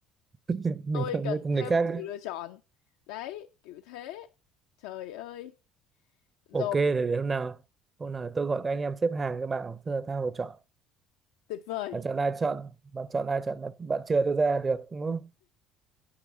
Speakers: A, on the right; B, on the left.
A: <laughs> mình
B: tôi
A: cần
B: cần
A: với người
B: thêm
A: khác đi.
B: sự lựa chọn đấy kiểu thế trời ơi rồi
A: ok thì để hôm nào hôm nào tôi gọi các anh em xếp hàng các bạn bảo, thưa là tao phải chọn
B: tuyệt vời
A: bạn chọn ai chọn bạn chọn ai chọn bạn, bạn chừa tôi ra được đúng không